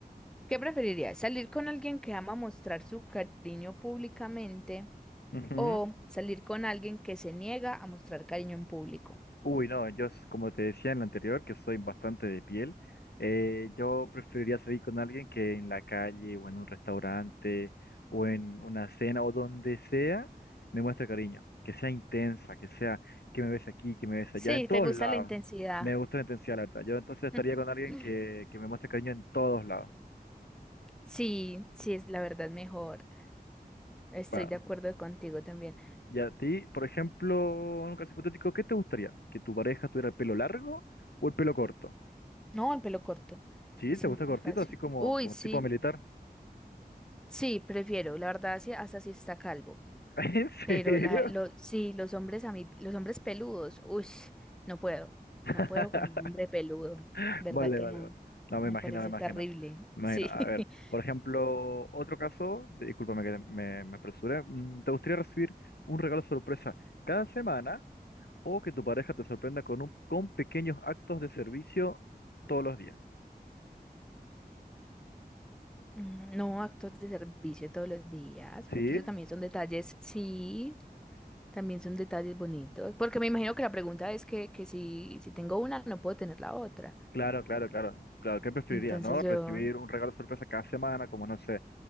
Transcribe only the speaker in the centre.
¿qué preferirías? ¿Salir con alguien que ama mostrar su cariño públicamente
o salir con alguien que se niega a mostrar cariño en público?
Sí,
¿te gusta
la intensidad?
<laughs>
Sí, sí, es la verdad mejor. Estoy
de acuerdo contigo también.
No, el pelo corto.
Está
muy fácil.
Uy,
sí,
sí, prefiero. La verdad, sí, hasta si está calvo.
Pero la, lo, sí, los hombres a mí, los hombres peludos, uy, no puedo. No
puedo con un hombre peludo. ¿Verdad
que
no?
Me
parece
terrible.
Sí.
<laughs>
Mm, No actos de servicio todos los días,
porque eso también son detalles, sí, También son detalles bonitos, porque me imagino que la pregunta es que, que si, si tengo una, no puedo tener la otra.
Entonces
yo,